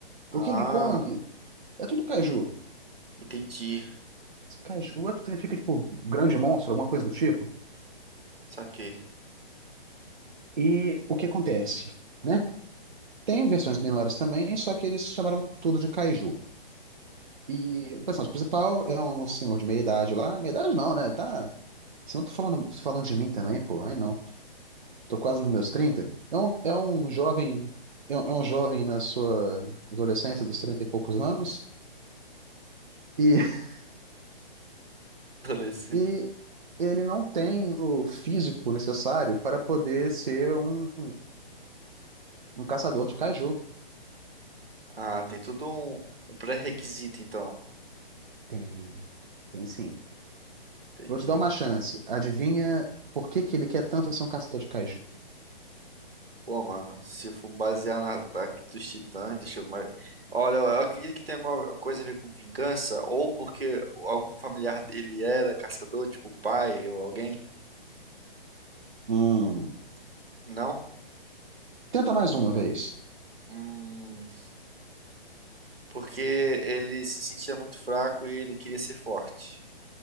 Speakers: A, on the right; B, on the right.
A: Ah,
B: o King Kong, é tudo kaiju.
A: entendi.
B: Kaiju acho que significa tipo grande monstro, alguma coisa do tipo.
A: Saquei.
B: E o que acontece? né? Tem versões menores também, só que eles chamaram tudo de Kaiju. E o personagem principal é um senhor de meia idade lá. Meia idade não, né? Ele Tá. Se não tô falando, tô falando de mim também, pô. Aí não. Tô quase nos meus trinta É um, é um jovem. É um, é um jovem na sua adolescência, dos 30 e poucos anos. E, <laughs>
A: <laughs> Adolescente.
B: e ele não tem o físico necessário para poder ser um, um caçador de Kaiju.
A: Ah, tem tudo um, um pré-requisito, então.
B: Tem. Tem sim.
A: Entendi.
B: Vou te dar uma chance. Adivinha por que que ele quer tanto ser um caçador de Kaiju?
A: Pô, mano, se eu for basear na Ataque dos Titãs, deixa eu mais. Olha, eu acredito que tem alguma coisa a ver com vingança, ou porque algum familiar dele era caçador, tipo o pai ou alguém.
B: Hum.
A: Não?
B: Tenta mais uma vez.
A: Hum, porque ele se sentia muito fraco e ele queria ser forte.